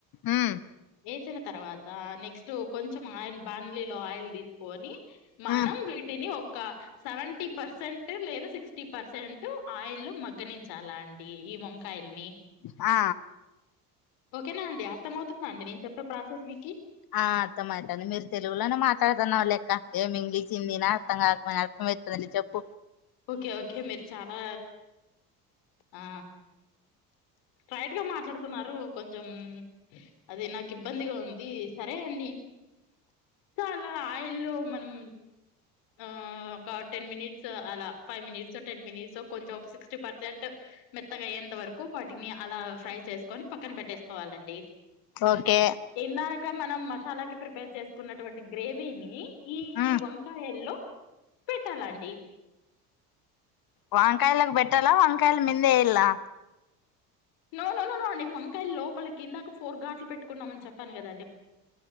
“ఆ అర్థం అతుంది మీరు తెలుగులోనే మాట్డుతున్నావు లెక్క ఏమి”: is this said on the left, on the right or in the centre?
Left